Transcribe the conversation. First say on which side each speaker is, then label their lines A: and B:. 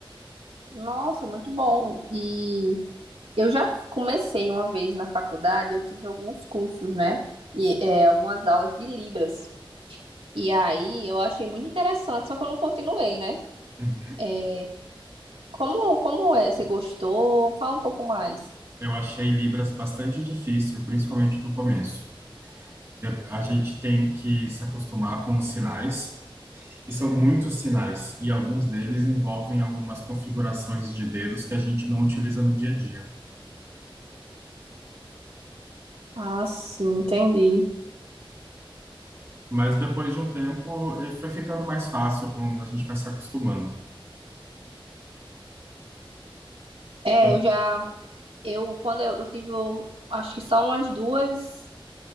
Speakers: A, on the right; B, on the right.
A: Nossa, muito bom. E eu já comecei uma vez na faculdade, eu tive alguns cursos, né? E é, algumas aulas de Libras. E aí eu achei muito interessante, só que eu não continuei, né?
B: Uhum.
A: É, Como, como é? Você gostou? Fala um pouco mais.
B: Eu achei Libras bastante difícil, principalmente no começo. De- A gente tem que se acostumar com os sinais. E são muitos sinais, e alguns deles envolvem algumas configurações de dedos que a gente não utiliza no dia a dia.
A: Ah, sim, entendi.
B: Mas depois de um tempo, ele foi ficando mais fácil quando a gente vai se acostumando.
A: É,
B: Quando-
A: eu já, eu, quando eu, eu tive, o- acho que só umas duas,